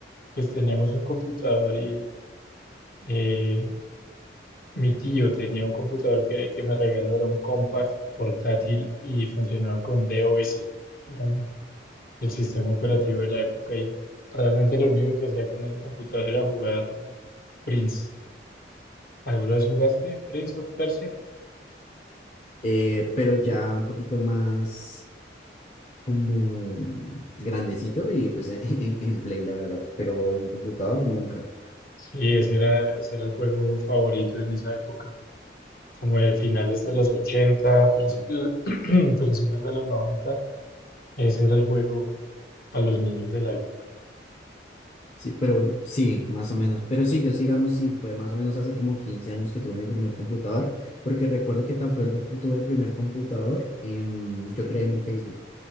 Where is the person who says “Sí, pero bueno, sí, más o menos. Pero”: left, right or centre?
Left